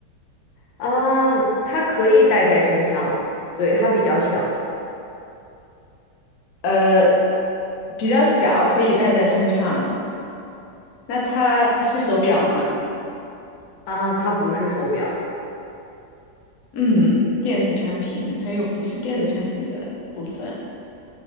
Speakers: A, on the left (about 85°); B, on the left (about 65°).
A: 嗯，它可以戴在身上，对，它比较小
B: 呃，比较小，可以带在身上。那它是手表吗？
A: 啊，它不是手表
B: 嗯，电子产品还有不是电子产品的部分，